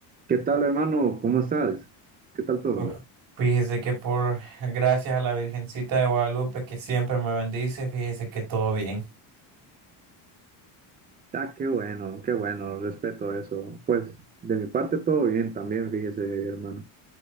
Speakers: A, on the right; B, on the right.
A: ¿Qué tal, hermano? ¿Cómo estás? ¿Qué tal todo?
B: Uf, Fíjese que por gracias a la Virgencita de Guadalupe que siempre me bendice, fíjese que todo bien.
A: Ah, qué bueno, qué bueno, respeto eso. Pues de mi parte todo bien también, fíjese, hermano.